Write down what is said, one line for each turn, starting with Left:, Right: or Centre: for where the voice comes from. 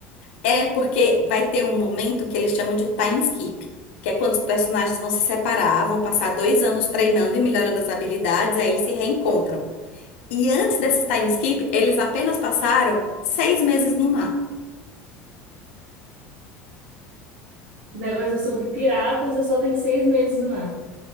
Left: É porque vai ter um momento que eles chamam de time skip, que é quando os personagens vão se separar, vão passar dois anos treinando e melhorando as habilidades, aí eles se reencontram. E antes desse time skip, eles apenas passaram seis meses no mar.
Right: O negócio é sobre piratas e só tem seis meses no ar.